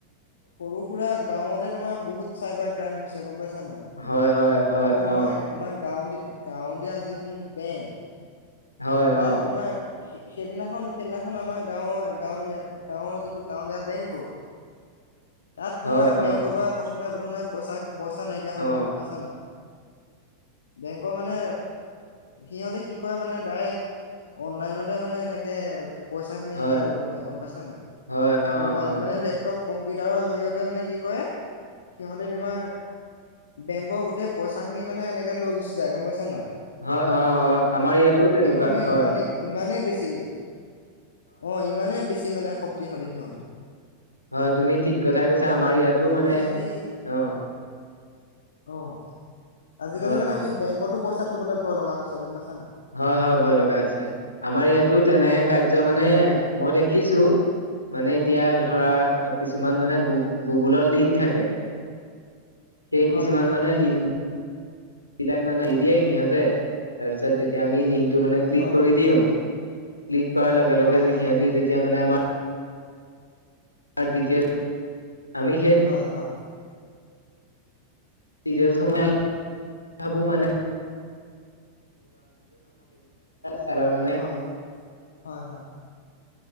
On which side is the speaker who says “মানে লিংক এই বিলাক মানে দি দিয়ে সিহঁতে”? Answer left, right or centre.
Left